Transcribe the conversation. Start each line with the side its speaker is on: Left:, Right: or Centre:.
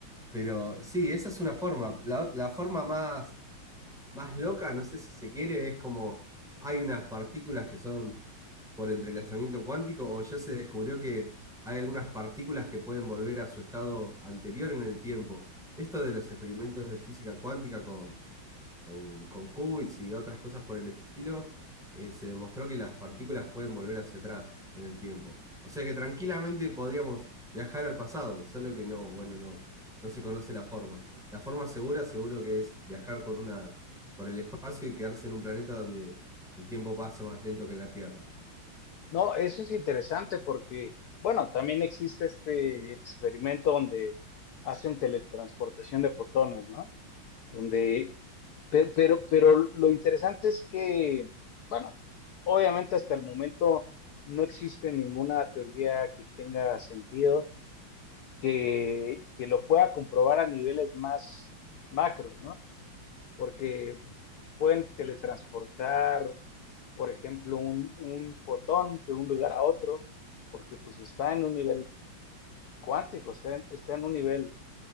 Centre: pero sí, esa es una forma. La, la forma más, más loca, no sé si se quiere, es como hay unas partículas que son por entrelazamiento cuántico, o ya se descubrió que hay algunas partículas que pueden volver a su estado anterior en el tiempo. Esto de los experimentos de física cuántica con con, con qubits y otras cosas por el estilo, eh, se demostró que las partículas pueden volver hacia atrás en el tiempo. O sea que tranquilamente podríamos viajar al pasado, solo que no, bueno, no, no se conoce la forma. La forma segura seguro que es viajar con una, por el espacio y quedarse en un planeta donde el tiempo pasa más lento que en la Tierra.
Left: No, eso es interesante porque, bueno, también existe este experimento donde hacen teletransportación de fotones, ¿no? Donde Pero, pero, pero lo interesante es que, bueno, obviamente hasta el momento no existe ninguna teoría que tenga sentido que, que lo pueda comprobar a niveles más macros, ¿no? Porque pueden teletransportar, por ejemplo, un, un fotón de un lugar a otro, porque pues está en un nivel cuántico, está en, está en un nivel